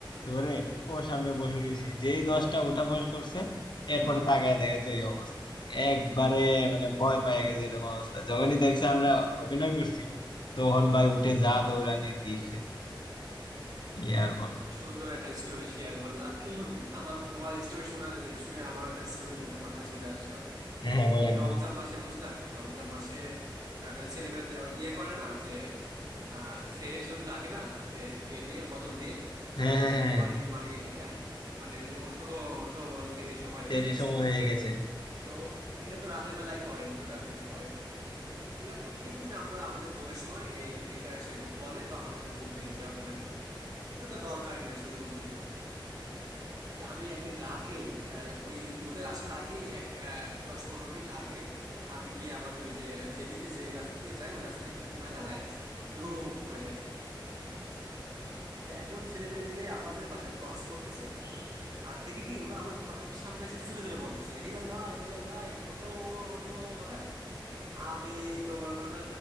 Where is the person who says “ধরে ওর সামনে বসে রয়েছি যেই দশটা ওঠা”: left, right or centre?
Left